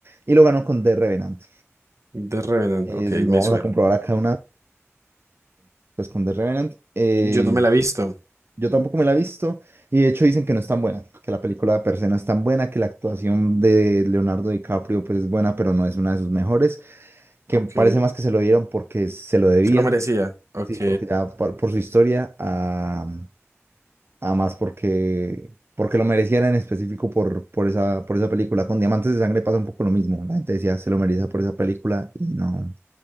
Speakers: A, on the right; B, on the right.
A: y lo ganó con The Revenant.
B: The Revenant.
A: Eh,
B: Ok,
A: lo
B: me
A: vamos
B: suena.
A: a comprobar acá una, pues con The Revenant. Eh,
B: Yo no me la he visto.
A: Yo tampoco me la he visto y de hecho dicen que no es tan buena, que la película per se no es tan buena, que la actuación de Leonardo DiCaprio pues es buena, pero no es una de sus mejores, que
B: Ok.
A: parece más que se lo dieron porque se lo debían,
B: Se lo merecía. Ok,
A: sí, porque ya por, por su historia, a, a más porque, porque lo mereciera en específico por, por esa, por esa película. Con Diamantes de Sangre pasa un poco lo mismo, la gente decía se lo merecía por esa película y no,